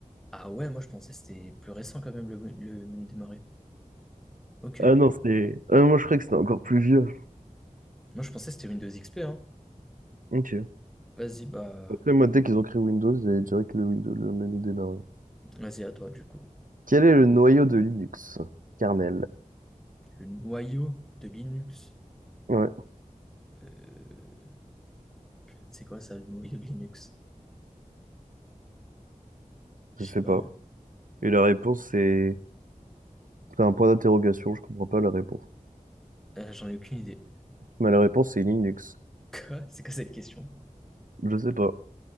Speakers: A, in the centre; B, on the right.
A: Ah ouais, moi je pensais que c'était plus récent quand même le, le menu démarrer. Ok,
B: Ah non, c'est. Ah, moi, je croyais que c'était encore plus vieux.
A: moi je pensais que c'était Windows XP, hein.
B: Ok.
A: Vas-y, bah,
B: Après, moi, dès qu'ils ont créé Windows, j'ai direct le Windows, le menu démarré.
A: vas-y à toi du coup.
B: Quel est le noyau de Linux? Kernel.
A: Le noyau de Linux.
B: Ouais,
A: Euh, c'est quoi ça, le noyau de Linux? Je
B: je sais
A: sais pas,
B: pas.
A: hein.
B: Et la réponse, c'est. C'est un point d'interrogation, je comprends pas la réponse.
A: Euh, j'en ai aucune idée.
B: Mais la réponse, c'est Linux.
A: <laughs> Quoi? C'est quoi cette question?
B: Je sais pas,